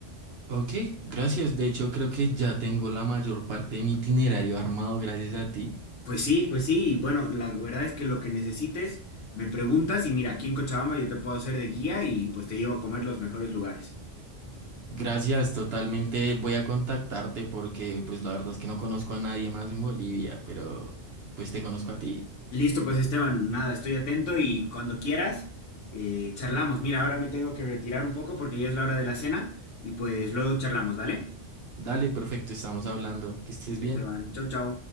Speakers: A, on the right; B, on the left.
A: Ok, gracias. De hecho, creo que ya tengo la mayor parte de mi itinerario armado gracias a ti.
B: Pues sí, pues sí, y bueno, la verdad es que lo que necesites, me preguntas y mira, aquí en Cochabamba yo te puedo hacer de guía y pues te llevo a comer los mejores lugares.
A: Gracias, totalmente voy a contactarte porque pues la verdad es que no conozco a nadie más en Bolivia, pero pues te conozco a ti.
B: Listo, pues Esteban, nada, estoy atento y cuando quieras, eh, charlamos. Mira, ahora me tengo que retirar un poco porque ya es la hora de la cena y pues luego charlamos, ¿dale?
A: Dale, perfecto, estamos hablando. Que estés
B: Listo,
A: bien.
B: Esteban, chau, chau.